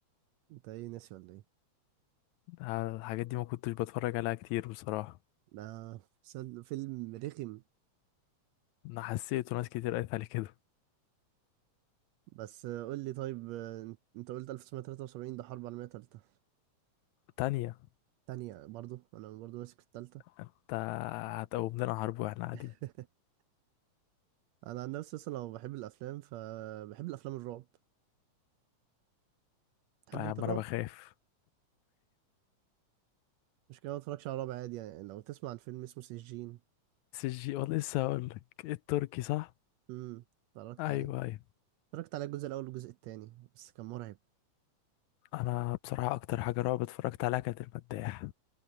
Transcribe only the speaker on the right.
انت ايه ناسي ولا ايه
ده مسل- فيلم رخم
بس قول لي طيب انت قلت 1973 ده حرب عالميه ثالثه
ثانيه برضو انا برضو ماسك في الثالثه
<laughs> انا عن نفسي اصلا لو بحب الافلام فبحب الافلام الرعب تحب
انت الرعب
مش كده ما اتفرجش على الرعب عادي يعني لو تسمع عن فيلم اسمه سجين
امم اتفرجت
عليه
اتفرجت على الجزء الاول والجزء التاني بس كان مرعب